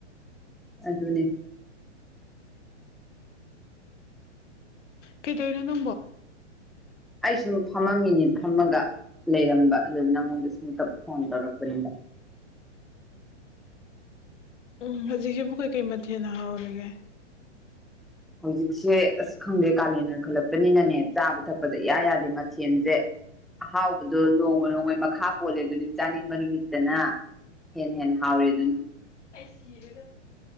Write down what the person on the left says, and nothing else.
ꯀꯤꯗ‌ꯣꯔꯤꯅ‌ꯣ
ꯎꯝ ꯍꯧꯖꯤꯛꯁꯤꯕꯨ ꯀꯩ-ꯀꯩ ꯃꯊꯦꯟꯅ ꯍꯥꯎꯔꯤꯒꯦ
ꯑꯩ ꯁꯤꯔꯦꯗ